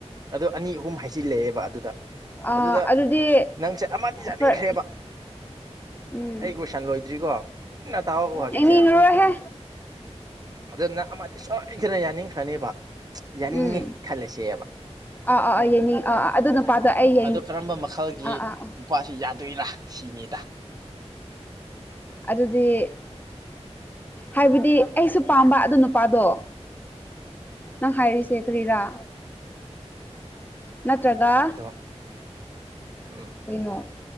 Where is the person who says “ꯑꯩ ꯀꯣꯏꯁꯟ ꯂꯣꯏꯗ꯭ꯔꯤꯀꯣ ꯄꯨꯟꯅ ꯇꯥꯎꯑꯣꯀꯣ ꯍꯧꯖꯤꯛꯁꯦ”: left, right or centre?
Right